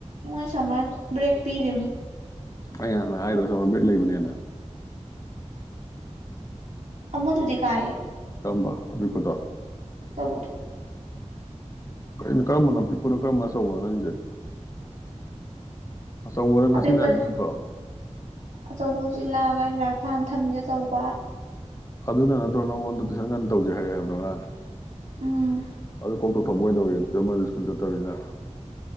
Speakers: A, on the right; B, on the left.
A: ꯃꯣꯏ ꯁꯝꯃꯔ ꯕ꯭ꯔꯦꯛ ꯄꯤꯔꯤꯝꯅꯤ
B: ꯑꯩ ꯉꯍꯥꯟꯅ ꯍꯥꯏꯗ꯭ꯔꯣ ꯁꯝꯃꯔ ꯕ꯭ꯔꯦꯛ ꯂꯩꯕꯅꯦꯅ
A: ꯑꯃꯗꯨꯗꯤ ꯀꯥꯏꯌꯦ
B: ꯀꯔꯝꯕ ꯑꯄꯤꯛꯄꯗꯣ
A: ꯑꯆꯧꯕꯗꯣ
B: ꯀꯩꯅꯣ ꯀꯔꯝꯕꯅꯣ ꯑꯄꯤꯛꯄꯅꯣ ꯀꯔꯝꯕ ꯑꯆꯧꯕꯅꯣ ꯅꯪꯒꯤꯖꯦ ꯑꯆꯧꯕ ꯉꯁꯤ
A: ꯑꯄꯤꯛꯄ
B: ꯂꯥꯛꯏꯁꯤ ꯅꯠꯇ꯭ꯔꯣ
A: ꯑꯆꯧꯕ ꯍꯧꯖꯤꯛ ꯂꯥꯛꯑꯒ ꯑꯩꯅ ꯂꯥꯏꯔꯤꯛ ꯄꯥꯍꯟ ꯊꯝꯃꯤꯁꯦ ꯑꯆꯧꯕ
B: ꯑꯗꯨꯅ ꯅꯠꯇ꯭ꯔꯣ ꯅꯪꯉꯣꯟꯗ ꯇꯨꯏꯁꯟ ꯉꯟꯅ ꯇꯧꯖꯦ ꯍꯥꯏꯔꯛꯑꯦ ꯍꯥꯏꯕꯗꯣ ꯉꯔꯥꯡ
A: ꯎꯝ
B: ꯑꯗꯨ ꯀꯣꯛꯇꯣꯛꯄ ꯀꯩꯗꯧꯋꯤ ꯑꯗꯨꯗ ꯃꯣꯏꯗꯣ ꯁ꯭ꯀꯨꯜ ꯆꯠꯇꯕꯅꯤꯅ